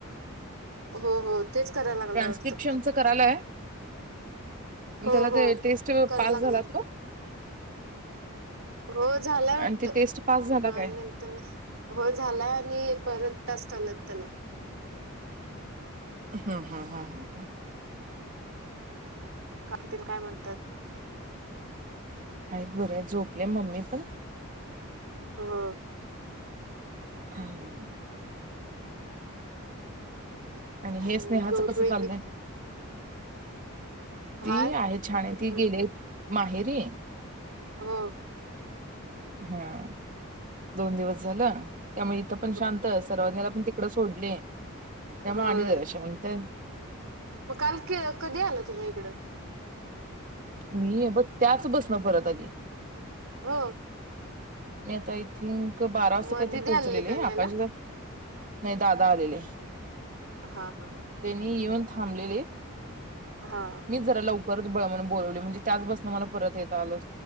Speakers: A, on the right; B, on the right.
A: हो हो तेच करायला लागला
B: ट्रान्स्क्रिप्शनचं
A: वाटतं.
B: करायलाय मग
A: हो
B: त्याला
A: हो
B: ते टेस्ट
A: कराय
B: पास
A: लागलाय
B: झाला तो
A: हो झालाय
B: आणि
A: वाटत
B: ते टेस्ट पास झाला
A: मग आणि
B: काय
A: नंतर न हो झालाय आणि परत टास्क आल्यात त्याला
B: हा हा हा ह ह
A: काय तेनी काय म्हणतात
B: आहेत बरी आहेत झोपले मम्मी तर
A: हो
B: हम्म आणि
A: अं
B: हे स्नेहाचं
A: गौरी
B: कसं
A: वहिनी
B: चाललंय ती
A: हाय
B: आहे छान
A: ते
B: ती गेले माहेरी
A: हा
B: हा दोन दिवस झाल त्यामुळे इथं पण
A: हो
B: शांत सर्वांनी पण ते इकड सोडले त्या
A: होय
B: मूळ आणि जरा शांत आहे
A: मग काल कधी आलं तुम्ही एकडं
B: मी हे ब त्याच बसनं परत आली
A: हो
B: मी आता आय थिंक बारा वाजता
A: मग
B: काहीतरी
A: दिदी
B: पोहोचलेले
A: आलेली काय
B: आहे
A: न्यायला
B: आकाश दादा नाही दादा आलेले
A: हा हा हा
B: त्यांनी येऊन थांबलेले
A: हा
B: मी जरा लवकर बरेच बळ म्हणून बोलवले म्हणजे त्याच बस मला परत येता आलं